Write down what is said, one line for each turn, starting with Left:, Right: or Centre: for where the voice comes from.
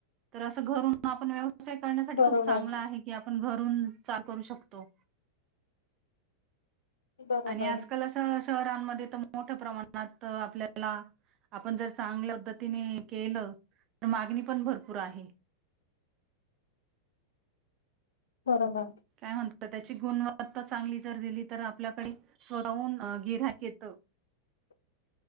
Right: तर असं घरून आपण. अस करण्यासाठी
Left: बरोबर
Right: खूप चांगलं आहे की आपण घरून चहा करू शकतो.
Left: बरोबर
Right: आणि आजकाल अस शहरांमध्ये. मोठ्या प्रमाणात आपल्याला आपण जर चांगल्या पद्धतीने केलं. तर मागणी पण भरपूर आहे.
Left: <inaudible> बरोबर.
Right: काय म्हणत त्याची गुणवत्ता चांगली जर दिली तर आपल्याकडे स्वतःहून गिराहक येत.
Left: <inaudible>